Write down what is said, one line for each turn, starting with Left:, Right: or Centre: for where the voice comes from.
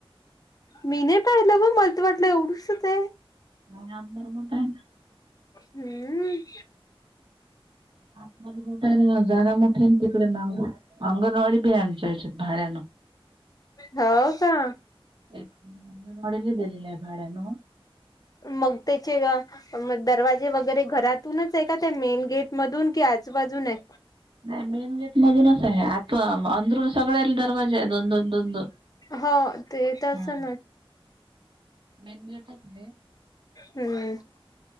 Left: मी नाही पाहित न ब मलत वाटलं एवढंऊसच हे
Right: नाही अंदर मोठ आहे ना
Left: हम्म.
Right: आतमध्ये मोठा आहे जागा मोठे आहे नं तिकडे लाव जा. अंगणवाडी बी हाय आमच्या हेचेत भाड्यात.
Left: हाव का?
Right: एक <unintelligible> दिलेलं भाड्यान.
Left: मग त्याचे मग दरवाजे वगैरे घरातूनच आहे का त्या मेन गेट मधून कि आजूबाजून हाय.
Right: नाही मेन गेट मधूनच आहे आतू अंधरून सगळ्याला दरवाजा आहे दोन दोन दोन दोन.
Left: हा ते तसं
Right: हा
Left: न.
Right: मेन गेटचय.
Left: हम्म,